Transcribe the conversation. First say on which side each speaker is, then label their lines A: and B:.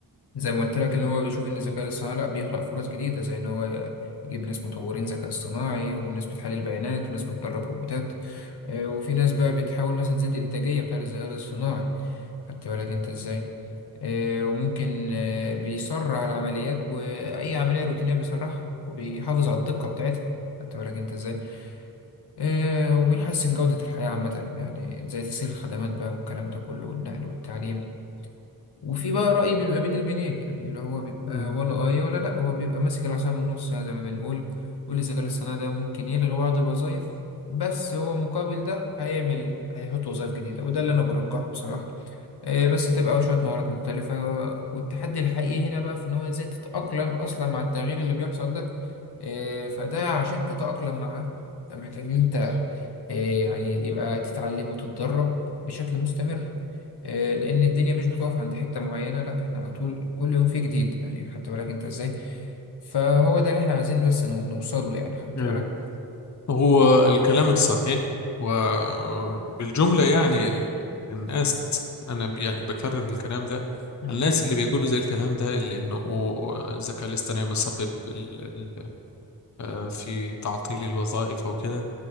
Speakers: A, on the left (about 80°); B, on the left (about 45°).
A: زي ما قلت لك ان هو بيشوف ان الذكاء الاصطناعي لا بيخلق فرص جديده زي ان هو يجيب ناس مطورين ذكاء اصطناعي وناس بتحلل بيانات وناس بتدرب روبوتات آه، وفي ناس بقى بتحاول مثلا تزيد الانتاجيه بتاعه الذكاء الاصطناعي خدت بالك انت ازاي آه، وممكن آه، بيسرع العمليات واي عمليه روتينيه بيسرعها وبيحافظ على الدقه بتاعتها خدت بالك انت ازاي آه، وبيحسن جوده الحياه عامه يعني زي تسهيل الخدمات بقى والكلام ده كله والنقل والتعليم وفي بقى رأي بيبقى بين البنين يعني اللي هو بيبقى
B: مم.
A: ولا آية ولا لأ هو بيبقى ماسك العصا من النص يعني زي ما بنقول والذكاء الاصطناعي ده ممكن يلغي بعض الوظائف بس هو مقابل ده هيعمل هيحط وظائف جديدة وده اللي أنا برجحه بصراحة آه، بس تبقى شوية مهارات مختلفة والتحدي الحقيقي هنا بقى في إن هو إزاي تتأقلم أصلا مع التغيير اللي بيحصل ده آه، فده عشان تتأقلم معاه أنت محتاج إن أنت آه، يعني يبقى تتعلم وتتدرب بشكل مستمر آه، لأن الدنيا مش بتقف عند حتة معينة لا إحنا على طول كل يوم في جديد يعني خدت بالك أنت إزاي فهو ده اللي إحنا عايزين بس نو- نوصل له يعني خدت
B: نعم.
A: بالك
B: هو كلامك صحيح وبالجملة يعني ال- الناس أنا ب- يعني بكرر الكلام ده
A: مم.
B: الناس اللي بيقولوا زي الكلام ده اللي إنه الذكاء الاصطناعي مسبب ال- ال- آه، في تعطيل الوظائف أو كده